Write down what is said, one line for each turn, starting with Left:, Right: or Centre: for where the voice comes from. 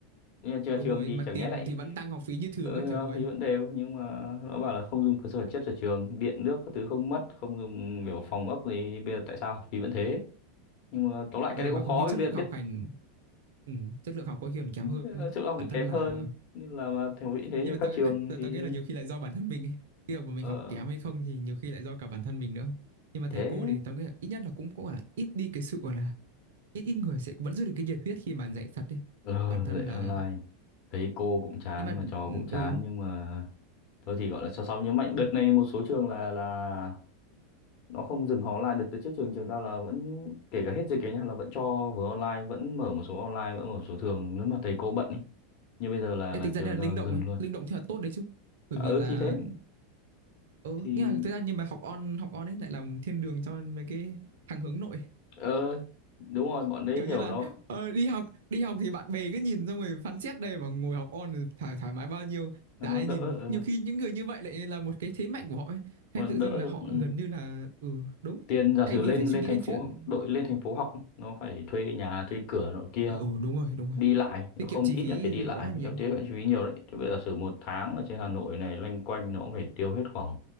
Left: nhưng mà nhà
Right: đúng
Left: trường
Right: rồi,
Left: thì
Right: mà
Left: chẳng
Right: tiền
Left: nhẽ lại
Right: thì vẫn tăng học phí như thường
Left: ờ,
Right: ấy, trời ơi.
Left: thì vẫn đều nhưng mà nó bảo là không dùng cơ sở vật chất ở trường điện nước các thứ không mất không dùng kiểu phòng ốc gì bây giờ tại sao học phí vẫn thế nhưng mà tóm lại
Right: Ừ
Left: cái đấy
Right: mà
Left: cũng
Right: có
Left: khó
Right: khi chất
Left: vì biết,
Right: lượng
Left: biết
Right: học hành ừ, chất lượng học có khi còn kém hơn
Left: ờ,
Right: ấy.
Left: chất lượng học
Right: Bản
Left: thì
Right: thân
Left: kém
Right: là
Left: hơn nên là mà thể hiện thế
Right: nhưng
Left: nhưng mà
Right: mà
Left: các
Right: tao
Left: trường
Right: tao,
Left: thì
Right: tao nghĩ là nhiều khi lại do bản thân mình ấy. Cái việc mà mình
Left: ờ,
Right: học kém hay không thì nhiều khi lại do cả bản thân mình nữa nhưng mà
Left: thế
Right: thầy cô thì tao nghĩ là ít nhất là cũng cũng gọi là ít đi cái sự gọi là ít ít người sẽ vẫn giữ được cái nhiệt huyết khi mà dạy thật đấy
Left: ờ
Right: bản thân
Left: dạy online
Right: là
Left: thấy cô cũng chán
Right: nhưng mà
Left: mà trò cũng chán
Right: ừ
Left: nhưng mà thôi thì gọi là cho xong nhưng mạnh đợt này một số trường là là nó không dừng học online đợt đợt trước trường trường tao là vẫn kể cả hết dịch ấy nhá là vẫn cho vừa online vẫn mở một số online vẫn mở một số thường nếu mà thầy cô bận ấy nhưng bây giờ là
Right: cái
Left: là
Right: tính ra
Left: trường
Right: đây
Left: tao
Right: là linh động
Left: dừng
Right: ấy
Left: luôn
Right: linh động thì là tốt đấy chứ bởi
Left: ờ
Right: vì
Left: ừ,
Right: là
Left: thì thế
Right: ừ
Left: thì
Right: nhưng mà thực ra nhưng mà học on học on ấy lại làm thiên đường cho mấy cái thằng hướng nội
Left: ờ đúng rồi bọn đấy
Right: kiểu
Left: kiểu
Right: như là
Left: nó
Right: ờ, đi học đi học thì bạn bè cứ nhìn xong rồi phán xét đây và ngồi học on thì thoải, thoải mái bao nhiêu
Left: nó
Right: chả ai
Left: đỡ
Right: nhìn
Left: Ờ,
Right: nhiều khi những người như vậy lại là một cái thế mạnh của họ ấy. hay
Left: mà
Right: tự
Left: đỡ
Right: dưng là
Left: được
Right: họ
Left: ừ,
Right: gần như là ừ đúng
Left: tiền giả sử
Right: thay vì
Left: lên
Right: phải suy
Left: lên
Right: nghĩ
Left: thành
Right: đến
Left: phố
Right: chuyện
Left: đội lên thành phố học ấy, nó phải thuê nhà thuê cửa nọ kia
Right: ờ, ừ đúng rồi đúng rồi
Left: đi lại nếu
Right: tiết
Left: không
Right: kiệm chi
Left: ít
Right: phí
Left: nhất phải đi lại
Right: quá là nhiều
Left: nó tiết kiệm chi phí nhiều đấy chứ bây giờ giả sử một tháng ở trên Hà Nội này loanh quanh nó cũng phải tiêu hết khoảng